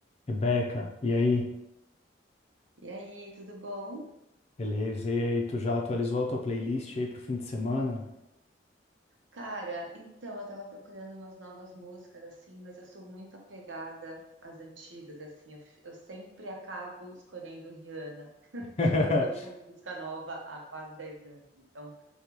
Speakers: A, on the left; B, on the right.
A: Rebeca, e aí?
B: E aí, tudo bom?
A: Beleza, e aí, tu já atualizou a tua playlist aí pro fim de semana?
B: Cara, então eu tava procurando umas novas músicas assim, mas eu sou muito apegada às antigas assim. Eu, f- eu sempre acabo escolhendo Rihanna, <laughs>
A: <laughs>
B: que não lança uma música nova há quase 10 anos. Então,